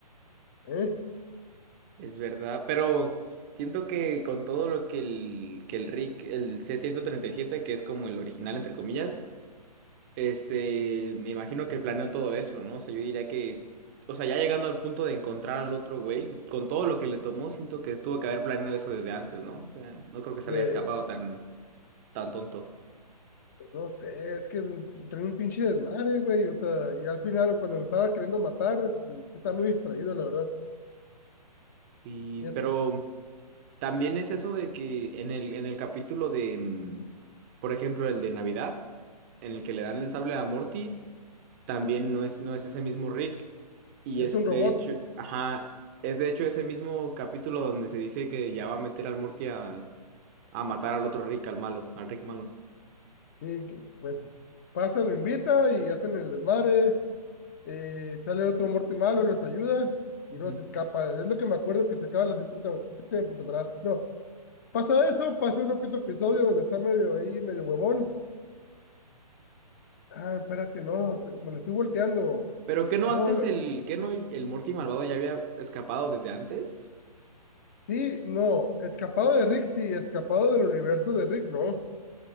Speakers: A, on the left; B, on the right.
A: ¿Eh?
B: es verdad. Pero siento que con todo lo que el, que el Rick, el c ciento treinta y siete que es como el original, entre comillas, Este, me imagino que planeó todo eso, ¿no? O sea, yo diría que, o sea, ya llegando al punto de encontrar al otro güey, con todo lo que le tomó, siento que tuvo que haber planeado eso desde antes, ¿no? O sea, no creo que se
A: De-
B: le haya escapado tan, tan tonto.
A: No sé, es que trae un pinche desmadre, güey. O sea, y al final, cuando lo estaba queriendo matar, sí está muy distraído, la verdad.
B: Y,
A: Y es,
B: pero también es eso de que en el, en el capítulo de, mm, por ejemplo, el de Navidad, en el que le dan el sable a Morty. también no es, no es ese mismo Rick. Y
A: es
B: es
A: un robot.
B: de hecho, ajá, es de hecho ese mismo capítulo donde se dice que ya va a meter al Morty a, a matar al otro Rick, al malo, al Rick malo.
A: Y que, pues pasa, lo invita y hacen el desmadre. eh, sale otro muerto y malo, los ayuda
B: Ujú.
A: y luego se escapa. Es lo que me acuerdo que se acaba la séptima séptima temporada. No, pasa eso, pasa un otro episodio donde está medio ahí, medio huevón. Ah, espérate, no, se- me lo estoy volteando.
B: Pero que no
A: No,
B: antes
A: lo-
B: el, que no el Morty malvado ya había escapado desde antes.
A: Sí, no, escapado de Rick, sí, escapado del universo de Rick, no.